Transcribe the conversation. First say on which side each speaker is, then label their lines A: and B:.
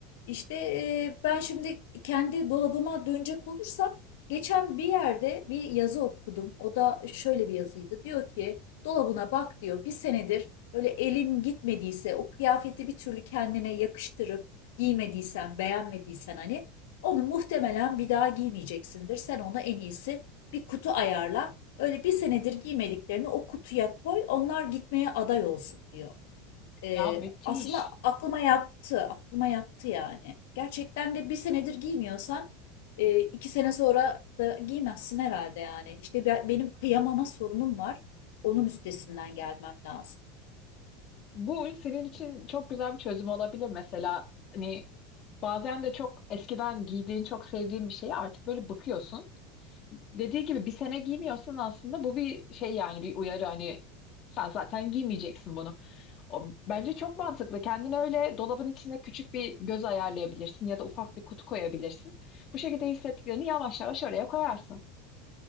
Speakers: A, on the left; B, on the left.
A: İşte e, ben şimdi kendi dolabıma dönecek olursam, geçen bir yerde bir yazı okudum. O da şöyle bir yazıydı. Diyor ki, dolabına bak diyor, bir senedir böyle elin gitmediyse, o kıyafeti bir türlü kendine yakıştırıp giymediysen, beğenmediysen hani onu muhtemelen bir daha giymeyeceksindir. Sen ona en iyisi bir kutu ayarla. Öyle bir senedir giymediklerini o kutuya koy. Onlar gitmeye aday olsun diyor. Ee,
B: Ya müthiş.
A: aslında aklıma yattı. Aklıma yattı yani. Gerçekten de bir senedir giymiyorsan e, iki sene sonra da giymezsin herhalde yani. İşte ben- benim kıyamama sorunum var. Onun üstesinden gelmem lazım.
B: Bu senin için çok güzel bir çözüm olabilir mesela. Hani bazen de çok eskiden giydiğin, çok sevdiğin bir şeye artık böyle bakıyorsun. dediği gibi bir sene giymiyorsun aslında bu bir şey yani bir uyarı hani sen zaten giymeyeceksin bunu. O, bence çok mantıklı. Kendine öyle dolabın içinde küçük bir göz ayarlayabilirsin ya da ufak bir kutu koyabilirsin. Bu şekilde hissettiklerini yavaş yavaş oraya koyarsın.